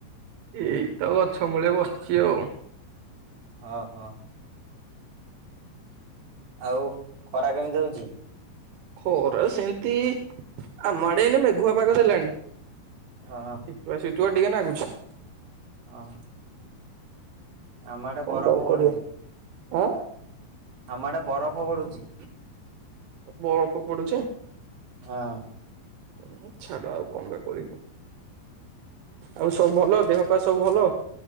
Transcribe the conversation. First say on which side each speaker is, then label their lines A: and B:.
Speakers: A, on the right (about 80°); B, on the right (about 55°).
A: ଏଇ ତ ଗଛ ମୂଳେ ବସିଛି ଆଉ।
B: ଅ ହ। ଆଉ ଖରା କେମିତି ହଉଛି।
A: ଖରା ସେମିତି ଆମ ଆଡ଼େ ଏଇନେ ମେଘୁଆ ପାଗ ଦେଲାଣି।
B: ହଁ।
A: ଶୀତୁଆ ଶୀତୁଆ ଟିକେ ନାଗୁଛି।
B: ହଁ। ଆମ ଆଡେ
A: କଣ
B: ବରଫ
A: ପା ଆଉ
B: ପଡୁଛି
A: କରିବା ଆଁ
B: ଆମ ଆଡେ ବରଫ ପଡୁଚି।
A: ବରଫ ପଡୁଛି।
B: ହଁ
A: ଉଁ ଛାଡ ଆଉ କଣ ବା କରିବୁ। ଆଉ ସବୁ ଭଲ ଦେହ ପା ସବୁ ଭଲ?